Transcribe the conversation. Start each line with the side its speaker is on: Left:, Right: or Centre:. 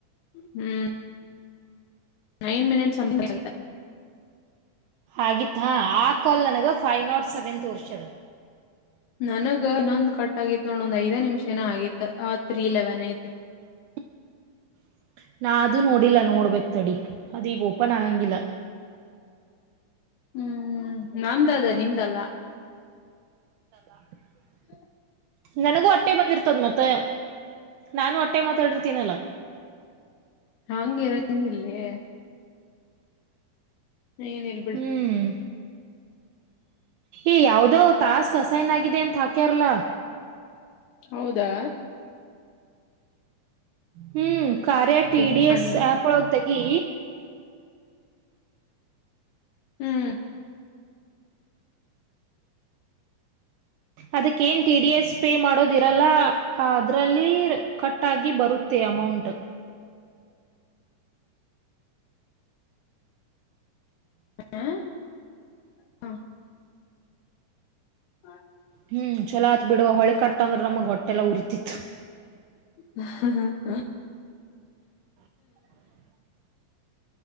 Left: ಹ್ಮ್ ನೈನ್ ಮಿನಿಟ್ಸ್ <unintelligible> ಅಗಿತ್ತ.
Right: ಆಗಿತ್ತಾ ಆ ಕಾಲ್ ನನಗ ಫೈವ್ ನಾಟ್ ಸೆವೆನ್ ತೊರ್ಸದ.
Left: ನನಗ ಇನ್ನೊಂದ್ ಕಟ್ ಆಗಿತ್ತು ನೋಡ ಒಂದ್ ಐದೇ ನಿಮಿಷ ಎನ ಆಗಿತ್ ಆ ತ್ರೀ ಇಲೆವೆನ್ ಐತಿ.
Right: <inaudible> ನಾ ಅದು ನೋಡಿಲ್ಲ ನೋಡ್ಬೇಕ್ ತಡಿ ಅದೀಗ ಓಪನ್ ಆಗಂಗಿಲ್ಲ.
Left: ಹ್ಮ್ ನಂದದು ನಿಂದಲ್ಲ.
Right: ಲ್ <inaudible>
Left: <inaudible>
Right: ನನಗೂ ಅಟ್ಟೆ ಬಂದಿರ್ತದ ಮತ್ತೆ ನಾನು ಅಟ್ಟೆ ಮಾತಾಡಿರ್ತೀನಲ್ಲ.
Left: ಹಾಂಗಗೆರಂಗಿಲ್ಲೇ. ಏನ್ ಇಲ್ಬಿಡು.
Right: ಹ್ಮ್ ಏ ಯಾವದೋ ಟಾಸ್ಕ್ ಅಸೈನ್ ಆಗಿದೆ ಅಂತ ಹಾಕ್ಯಾರಲ್ಲ.
Left: ಹೌದಾ
Right: ಹ್ಮ್ ಕಾರ್ಯ ಟಿ
Left: ರಿಫ್ರೆಶ್
Right: ಡಿ
Left: ಮಾಡ್ಬೇಕ್
Right: ಎಸ್ ಆಪ್ ಒಳಗ್ ತೆಗಿ.
Left: ಹ್ಮ್
Right: ಅದಕ್ಕೇನ್ ಟಿ ಡಿ ಎಸ್ ಪೇ ಮಾಡೋದಿರಲ್ಲ ಅದ್ರಲ್ಲಿ ಕಟ್ ಆಗಿ ಬರುತ್ತೆ. ಅಮೌಂಟ್
Left: ಹಾ ಹಾ ಹಾ
Right: ಹ್ಮ್ ಚಲೋ ಆತ್ ಬಿಡುವ ಹೊಳೆ ಕಟ್ಟ್ ಅಂದ್ರೇ ನಮಗ ಹೊಟ್ಟೆಲ್ಲ ಉುರಿತಿತ್ತು.
Left: ಹ ಹ
Right: <inaudible>